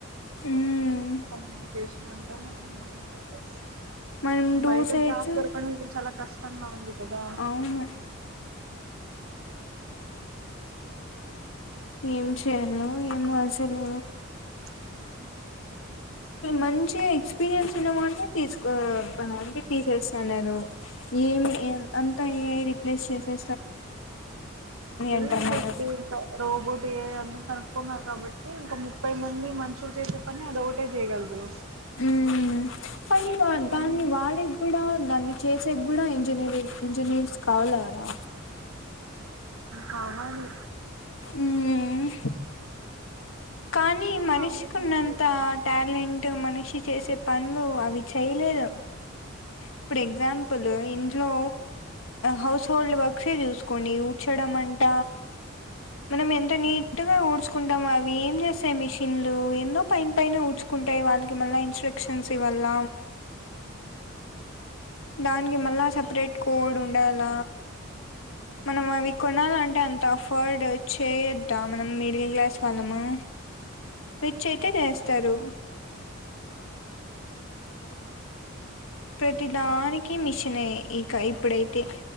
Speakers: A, on the left; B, on the right.
A: ఉం
B: కమ్యూనికేషన్ <unintelligible> <unintelligible>
A: మనం టు
B: బయట
A: సైడ్స్
B: జాబ్ దొరకడం ఇప్పుడు చాలా కష్టంగా ఉంది కదా
A: అవును ఏం చేయను ఏమో అసలు
B: హ
A: మంచి ఎక్స్పీీరియన్స్ ఉన్న వల్లనే తీస్ <unintelligible> తీసేసా నేను ఏమి అంత <unintelligible> రిప్లేస్ చేసే
B: అదే
A: అంటున్నారు
B: అండి ఇప్పుడు ఇంకా రోబోట్ ఏఐ కనుక్కున్నారు కాబట్టి ఇంకా ముప్పై మంది మనుషులు చేసే పని అదే <unintelligible> చేయగలదు
A: ఉం <unintelligible>
B: మరి
A: దాన్ని వాడేకి కూడా దాన్ని చేసే కూడా ఇంజ <unintelligible> ఇంజనీర్స్ కావాల కదా
B: కావాలి
A: ఉమ్ కానీ
B: వాళ్ళు
A: మనిషికి
B: ఆలోచించరు
A: ఉన్నంత టాలెంట్ మనిషి చేసే పనులు అవి చేయలేదు ఇప్పుడు ఎగ్జాంపుల్ ఇంట్లో హౌస్ హోల్డ్ వర్క్సే చూసుకోండి కూచడం అంట మనం ఎంత నీట్గా ఊడ్చుకుంటాం అవి ఏం చేస్తాయి మిషన్లు ఏందో పైన పైన ఊడ్చుకుంటాయి వాళ్ళకి మళ్ళ ఇన్స్ట్రక్షన్స్ ఇవళ దానికి మల్ల సపరేట్ కోడ్ ఉండాల మనం అవి కొనాలంటే అంత అఫోర్డ్ చేయొద్దా మనం మిడిల్ క్లాస్ వాళ్ళము రిచ్ అయితే చేస్తారు ప్రతి దానికి మిషన్ ఇక ఇప్పుడైతే